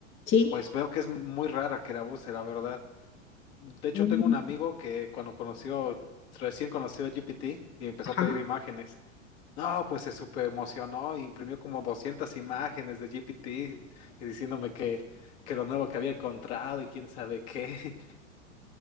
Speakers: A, on the left; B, on the left.
A: sí.
B: pues veo que es muy rara que la use, la verdad. De hecho,
A: Mm.
B: tengo un amigo que cuando conoció, recién conoció GPT y empezó
A: Ajá.
B: a pedir imágenes. No, pues se súper emocionó y imprimió como 200 imágenes de GPT y diciéndome que, que lo nuevo que había encontrado y quién sabe qué. <laughs>